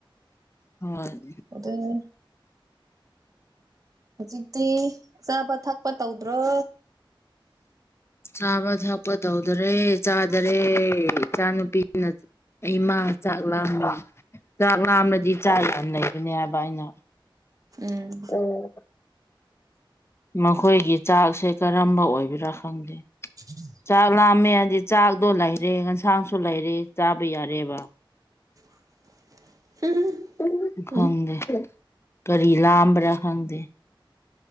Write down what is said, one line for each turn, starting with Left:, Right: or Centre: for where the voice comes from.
Left: ꯍꯣꯏ
Right: ꯑꯗꯨꯅꯦ ꯍꯧꯖꯤꯛꯇꯤ ꯆꯥꯕ ꯊꯛꯄ ꯇꯧꯗ꯭ꯔꯣ
Left: ꯆꯥꯕ ꯊꯛꯄ ꯇꯧꯗꯔꯦ ꯆꯥꯗꯔꯦ ꯏꯆꯥ ꯅꯨꯨꯄꯤꯅ ꯑꯩꯃꯥ ꯆꯥꯛ ꯂꯥꯝꯃꯦ ꯆꯥꯛ ꯂꯥꯝꯂꯗꯤ ꯆꯥ ꯌꯥꯝ ꯂꯩꯕꯅꯦ ꯍꯥꯏꯕ ꯑꯩꯅ
Right: ꯎꯝ
Left: ꯑꯣ ꯃꯈꯣꯏꯒꯤ ꯆꯥꯛꯁꯦ ꯀꯔꯝꯕ ꯑꯣꯏꯕꯔꯥ ꯈꯪꯗꯦ
Right: <unintelligible>
Left: ꯆꯥꯛ ꯂꯥꯝꯃꯦ ꯍꯥꯏꯗꯤ ꯆꯥꯛꯗꯣ ꯂꯩꯔꯦ ꯏꯟꯁꯥꯡꯁꯨ ꯂꯩꯔꯦ ꯆꯥꯕ ꯌꯥꯔꯦꯕ
Right: <inaudible>
Left: <inaudible> ꯈꯪꯗꯦ
Right: ꯎꯝ
Left: ꯀꯔꯤ ꯂꯥꯝꯕꯔꯥ ꯈꯪꯗꯦ